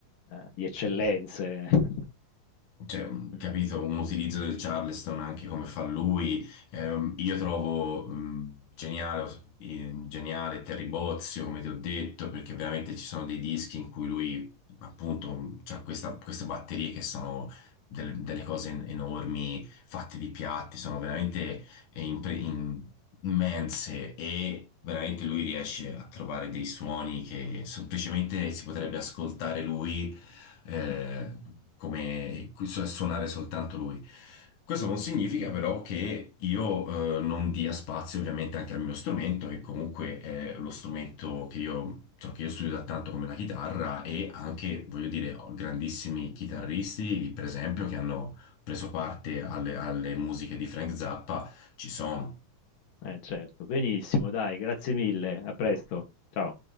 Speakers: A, on the left; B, on the left.
A: ehm, di eccellenze. <laughs>
B: Cioè, un-
A: Mh,
B: capito, un utilizzo del Charleston anche come fa lui. Ehm, io trovo mh, geniale, os- eh, geniale Terry Bozzio, come ti ho detto, perché veramente ci sono dei dischi in cui lui, appunto, ha queste batterie che sono delle, delle cose en- enormi, fatte di piatti, sono veramente eh, impre- in- immense e veramente lui riesce a trovare dei suoni che semplicemente si potrebbe ascoltare lui eh,
A: mh,
B: come su- suonare soltanto lui. Questo non significa però che io eh, non dia spazio ovviamente anche al mio strumento, che comunque è lo strumento che io, cioè, che io studio da tanto come la chitarra e anche, voglio dire, ho grandissimi chitarristi, per esempio, che hanno preso parte alle alle musiche di Frank Zappa, ci sono.
A: eh certo. Benissimo dai, grazie mille, a presto. Ciao.